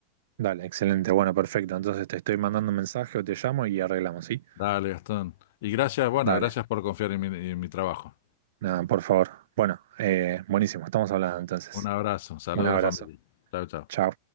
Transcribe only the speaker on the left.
Dale, Gastón. Y gracias, bueno,
gracias por confiar en mi, en mi trabajo.
Un abrazo, saludos
a la familia. Chao, chao.